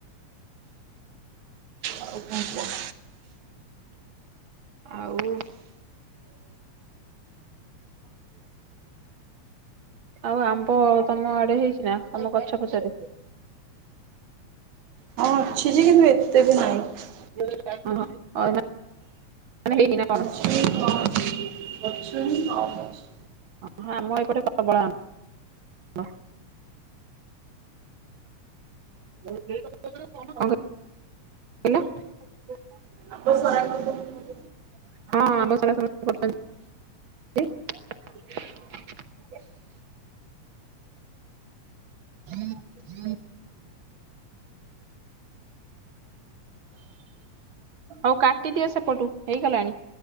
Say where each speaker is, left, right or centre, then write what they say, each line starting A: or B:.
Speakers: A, on the right; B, on the right.
A: ଆଉ କଣ କୁହ?
B: ଆଉ ଆଉ ଆମ୍ବ ତମ ଆଡେ ହେଇଛି ନା ତମ ଗଛ ପଛରେ?
A: ହଁ ଅଛି ଯେ କିନ୍ତୁ ଏତେ ବି ନାହିଁ।
B: ଅହ ନା ମାନେ ହେଇନି ନା କଣ?
A: ଅଛି କମ୍ ଅଛି ଗଛ ବି କମ୍ ଅଛି।
B: ହଁ ଆମ ଏପଟେ ପ୍ରବଳ ଆମ୍ୱ ଆମ୍ୱ <unintelligible>
A: ଆମ୍ବ ସରା କରିଦେବୁ।
B: <inaudible> ଆଉ କାଟିଦିଅ ସେପଟୁ ହେଇଗଲାଣି।